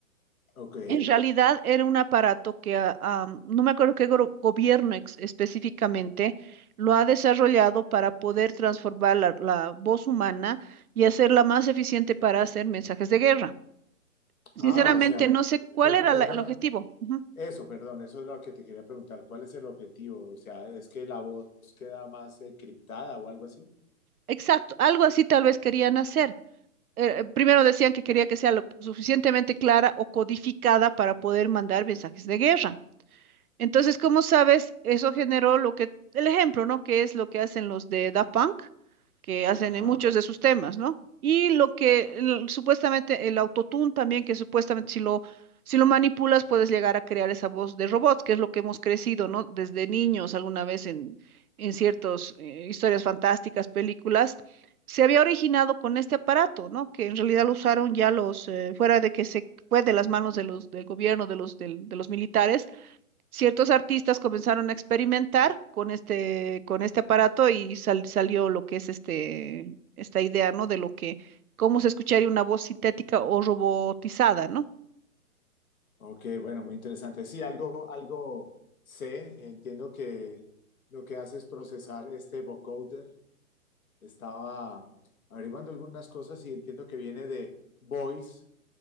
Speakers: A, on the left (about 70°); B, on the right (about 75°).
A: ok.
B: en realidad era un aparato que ah, am, no me acuerdo qué gro- gobierno ex- específicamente lo ha desarrollado para poder transformar la, la voz humana y hacerla más eficiente para hacer mensajes de guerra. Sinceramente,
A: Ah, o sea,
B: no sé cuál
A: per-
B: era
A: perdona,
B: la- el objetivo. Ujú.
A: eso, perdón, eso es lo que te quería preguntar. ¿Cuál es el objetivo? O sea, ¿es que la voz queda más eh, criptada o algo así?
B: Exacto, algo así tal vez querían hacer. Eh, eh, primero decían que quería que sea lo suficientemente clara o codificada para poder mandar mensajes de guerra. Entonces, como sabes, eso generó lo que, el ejemplo, ¿no? Que es lo que hacen los de Da Punk, que hacen
A: Ajá.
B: en Ujú. muchos de sus temas, ¿no? Y lo que el- supuestamente el autotune también, que supuestamente si lo, si lo manipulas puedes llegar a crear esa voz de robots, que es lo que hemos crecido, ¿no? Desde niños alguna vez en, en ciertas historias fantásticas, películas, se había originado con este aparato, ¿no? Que en realidad lo usaron ya los, eh, fuera de que se fue de las manos de los, del gobierno, de los, del- de los militares ciertos artistas comenzaron a experimentar con este, con este aparato y sal- salió lo que es este, esta idea, ¿no? De lo que, cómo se escucharía una voz sintética o robotizada, ¿no?
A: Ok, bueno, muy interesante. Sí, algo, algo sé. Entiendo que lo que hace es procesar este vocoder. Estaba averiguando algunas cosas y entiendo que viene de voice